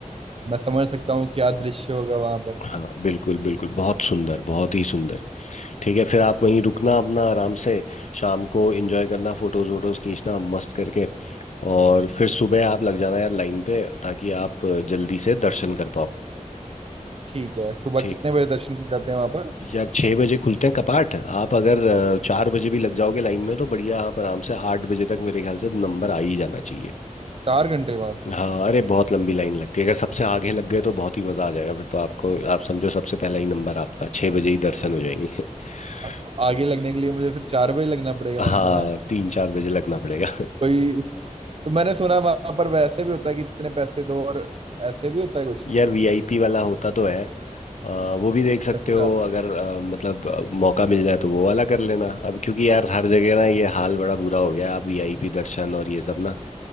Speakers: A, on the right; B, on the left.
A: मैं समझ सकता हूँ क्या दृश्य होगा वहां पर
B: हाँ बिल्कुल बिल्कुल बहुत सुंदर बहुत ही सुंदर ठीक है फिर आप वहीं रुकना अपना आराम से शाम को एंजॉय करना फोटोज वोटोज खींचना मस्त करके और फिर सुबह आप लग जाना यार लाइन पे ताकि आप जल्दी से दर्शन कर पाओ
A: ठीक है सुबह
B: ठीक
A: कितने बजे दर्शन को जाते हैं वहां पर
B: यार छः बजे खुलते हैं कपाट आप अगर अ, चार बजे भी लग जाओगे लाइन में तो बढ़िया आप आराम से आठ बजे तक मेरे ख्याल से नंबर आ ही जाना चाहिए
A: चार घंटे बाद
B: हाँ अरे बहुत लंबी लाइन लगती है अगर सबसे आगे लग गए तो बहुत ही मजा आ जाएगा फिर तो आपको आप समझो सबसे पहला ही नंबर आपका छः बजे ही दर्शन हो जाएंगे
A: अब
B: <laughs>
A: तो आगे लगने के लिए मुझे फिर चार बजे लगना पड़ेगा
B: हाँ
A: लाइन में ना
B: तीन चार बजे लगना पड़ेगा
A: कोई तो मैंने सुना वहां पर वैसे भी होता है कि इतने पैसे दो और ऐसे भी होता है कुछ
B: यार वीआईपी वाला होता तो है अ, वो भी देख सकते
A: अच्छा
B: हो अगर अ, मतलब अ, मौका मिल जाए तो वो वाला कर लेना अब क्योंकि यार हर जगह ना ये हाल बड़ा बुरा हो गया है, आप वीआईपी दर्शन और ये सब ना